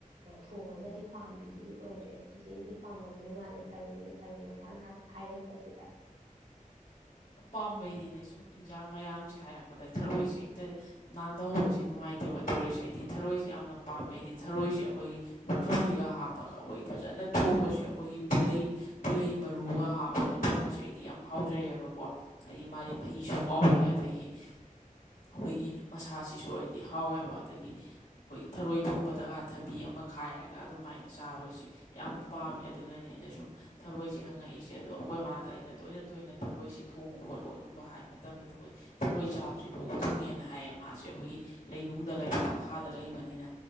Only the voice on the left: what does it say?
ꯑꯄꯥꯝꯕꯩꯅꯤꯅꯦ ꯁꯨꯝ ꯏꯟꯖꯥꯡ ꯃꯌꯥꯝꯁꯦ ꯍꯥꯏꯔꯛꯄꯗ ꯊꯔꯣꯏꯁꯦ ꯍꯦꯛꯇ ꯅꯥꯟꯊꯍꯧꯕꯁꯤ ꯅꯨꯡꯉꯥꯏꯇꯕ ꯇꯧꯔꯤꯁꯦ ꯑꯩꯗꯤ ꯊꯔꯣꯏꯁꯤ ꯌꯥꯝꯅ ꯄꯥꯝꯃꯦ ꯑꯩꯗꯤ ꯊꯔꯣꯏꯁꯦ ꯑꯩꯈꯣꯏꯒꯤ ꯃꯨꯇꯨꯕꯤꯒ ꯍꯥꯞꯄꯒ ꯑꯩꯈꯣꯏꯒꯤ ꯐꯖꯅ ꯊꯣꯡꯕꯁꯤ ꯑꯩꯈꯣꯏꯒꯤ ꯄꯨꯂꯩ ꯄꯨꯂꯩ ꯃꯔꯨꯒ ꯍꯥꯞꯄꯒ ꯊꯣꯡꯕꯁꯦ ꯑꯩꯗꯤ ꯌꯥꯝ ꯍꯥꯎꯖꯩꯑꯕꯀꯣ ꯍꯥꯏꯗꯤ ꯃꯥꯗꯤ ꯃꯍꯤꯁꯨ ꯍꯥꯎꯋꯦ ꯑꯗꯒꯤ ꯑꯩꯈꯣꯏꯒꯤ ꯃꯁꯥꯁꯤꯁꯨ ꯑꯩꯗꯤ ꯍꯥꯎꯋꯦꯕ ꯑꯗꯒꯤ ꯑꯩꯈꯣꯏꯒꯤ ꯊꯔꯣꯏ ꯊꯣꯡꯕꯗꯒ ꯊꯕꯤ ꯑꯃ ꯈꯥꯏꯔꯒ ꯑꯗꯨꯃꯥꯏꯅ ꯆꯥꯕꯁꯤꯦ ꯌꯥꯝꯅ ꯄꯥꯝꯃꯤ ꯑꯗꯨꯅꯅꯦ ꯑꯩꯅ ꯁꯨꯝ ꯊꯔꯣꯏꯁ ꯍꯪꯉꯛꯏꯁꯦ ꯑꯗꯣ ꯑꯩꯈꯣꯏꯃꯥꯗ ꯑꯩꯅ ꯇꯣꯏꯅ ꯇꯣꯏꯅ ꯊꯔꯣꯏꯁꯤ ꯊꯣꯡꯉꯨ ꯈꯣꯠꯂꯨ ꯑꯗꯨꯝꯕ ꯍꯥꯏ ꯃꯇꯝꯗ ꯑꯩꯈꯣꯏ ꯊꯔꯣꯏ ꯆꯥꯕꯕꯁꯤꯦ ꯂꯣꯛ ꯊꯨꯡꯉꯦꯅ ꯍꯥꯏꯌꯦ ꯃꯥꯁꯦ ꯑꯩꯈꯣꯏꯒꯤ ꯂꯩꯅꯨꯡꯗ ꯂꯩꯕꯥꯛ ꯃꯈꯥꯗ ꯂꯩꯕꯅꯤꯅ